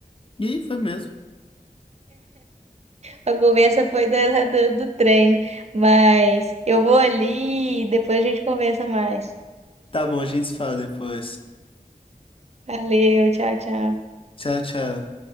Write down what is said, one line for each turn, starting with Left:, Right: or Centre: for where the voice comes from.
Left: E aí foi mesmo.
Right: A conversa foi da, do, do treino, mas eu vou ali e depois a gente conversa mais.
Left: Tá bom, a gente se fala depois.
Right: Valeu, tchau, tchau.
Left: Tchau, tchau.